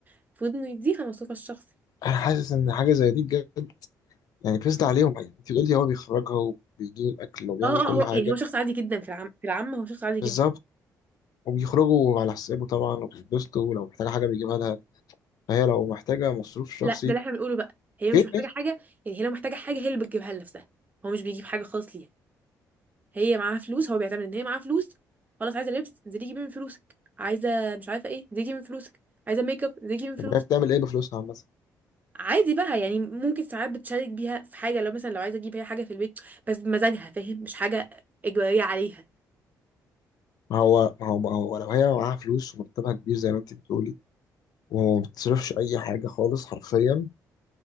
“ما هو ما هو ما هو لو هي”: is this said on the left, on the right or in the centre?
Left